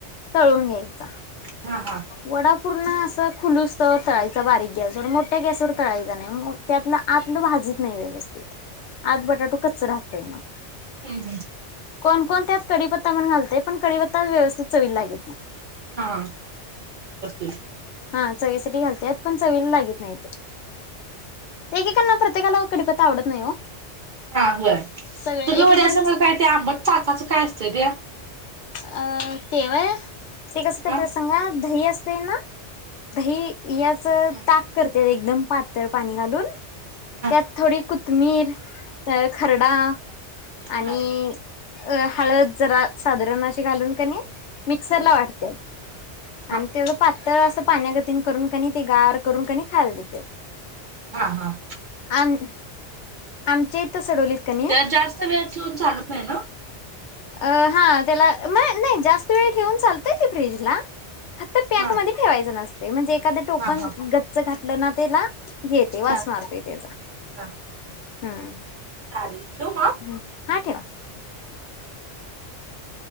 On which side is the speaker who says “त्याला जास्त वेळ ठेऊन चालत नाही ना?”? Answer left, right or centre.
Right